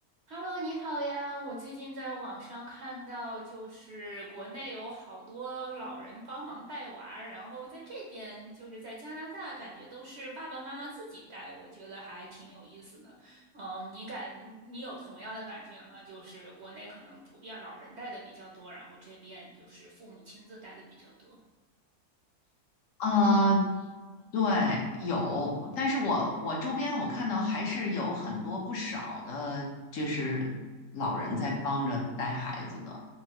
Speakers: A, on the right (about 60°); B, on the left (about 60°).
A: Hello，你好呀！我最近在网上看到，就是国内有好多老人帮忙带娃，然后在这边就是在加拿大，感觉都是爸爸妈妈自己带，我觉得还挺有意思的。嗯，你感你有同样的感觉吗？就是国内可能普遍老人带的比较多，然后这边就是父母亲自带的比较多。
B: 啊，对，有，但是我我周边我看到还是有很多不少的，就是老人在帮着带孩子的，